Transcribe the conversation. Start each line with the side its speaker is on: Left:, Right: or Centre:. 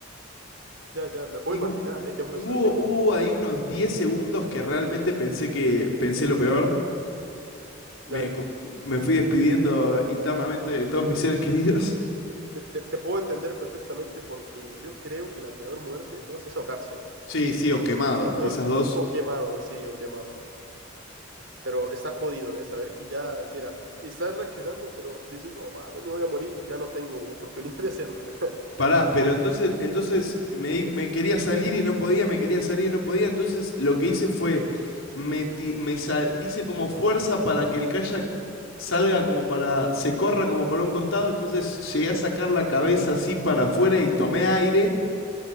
Right: Ya, ya, me puedo
Left: Y,
Right: imaginar,
Left: hu-
Right: ¿eh? Qué
Left: y
Right: frustración.
Left: hubo, hubo ahí unos 10 segundos que realmente pensé que pensé lo peor. Me,
Right: Ya, ya.
Left: co- me fui despidiendo internamente de todos mis seres queridos.
Right: Te, te- te puedo entender perfectamente porque yo creo que la peor muerte de todas es ahogarse, ¿eh?
Left: Sí, sí, o quemado.
Right: Sin duda.
Left: Esas
Right: alguna.
Left: dos
Right: Sí, O quemado, sí, o quemado. Pero está jodido, ¿eh? Saber que ya, mira, estás reaccionando, pero dices, no mames, me voy a morir y ya no tengo oportunidad <laughs> de hacer nada.
Left: Pará, pero entonces, entonces me, di- me quería salir y no podía, me quería salir y no podía. Entonces lo que hice fue, me, ti- me sal- hice como fuerza para que el kayak salga como para, se corra como para un costado. Entonces llegué a sacar la cabeza así para afuera y tomé aire.